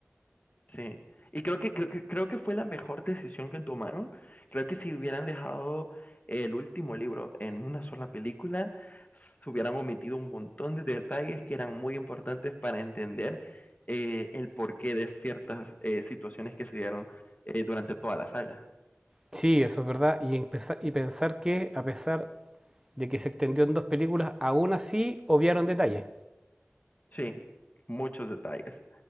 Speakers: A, on the left; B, on the right.
A: Sí. Y creo que, creo que, creo que fue la mejor decisión que tomaron. Creo que si hubieran dejado el último libro en una sola película, se hubieran omitido un montón de detalles que eran muy importantes para entender eh, el porqué de ciertas eh, situaciones que se dieron eh, durante toda la saga.
B: Sí, eso es verdad. Y, empeza- y pensar que a pesar de que se extendió en dos películas, aún así obviaron detalles.
A: Sí, muchos detalles.